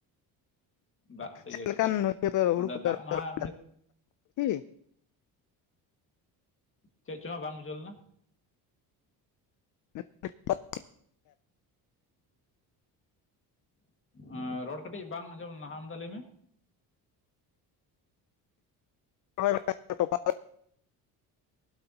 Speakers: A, on the left; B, on the left.
A: ᱫᱟᱜ ᱛᱮ
B: ᱪᱮᱫ
A: ᱤᱭᱟᱹ ᱠᱟᱛᱮᱫ
B: ᱞᱮᱠᱟᱱ ᱚᱱᱛᱮ ᱫᱚ
A: ᱟᱫᱚ
B: ᱦᱩᱲᱩ ᱠᱚᱯᱮ
A: ᱫᱟᱜ
B: ᱨᱦᱚᱭ
A: ᱢᱟ
B: ᱫᱟ? <inaudible>
A: ᱪᱮᱫ ᱪᱚᱝ ᱦᱟᱸᱜ ᱵᱟᱝ ᱵᱩᱷᱟᱹᱣ ᱞᱮᱱᱟ?
B: <inaudible>
A: ᱟᱻ ᱨᱚᱲ ᱠᱟᱹᱴᱤᱡ ᱵᱟᱝ ᱟᱸᱡᱚᱢ ᱞᱮᱱᱟ ᱟᱨᱢᱮᱫᱟ ᱞᱟᱹᱭ ᱢᱮ ᱾
B: <inaudible>